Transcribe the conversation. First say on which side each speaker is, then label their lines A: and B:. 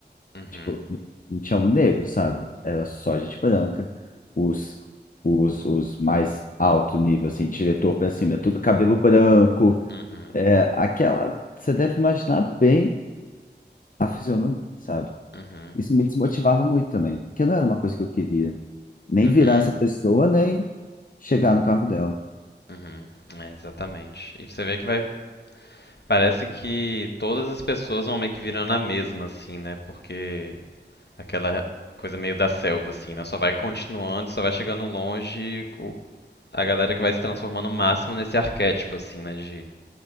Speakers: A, on the left; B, on the left.
A: uhum,
B: Tipo, não tinha um negro, sabe? Era só gente branca, os, os, os mais alto nível, assim, diretor pra cima, tudo cabelo branco,
A: uhum,
B: é, aquela, você deve imaginar bem a fisionomia, sabe?
A: uhum,
B: Isso me desmotivava muito também, porque não era uma coisa que eu queria nem
A: uhum,
B: virar essa pessoa, nem chegar no cargo dela.
A: uhum. É, exatamente. E você vê que vai. Parece que todas as pessoas vão meio que virando a mesma, assim, né? Porque aquela coisa meio da selva, assim, né? Só vai continuando e só vai chegando longe o- a galera que vai se transformando o máximo nesse arquétipo, assim, né? De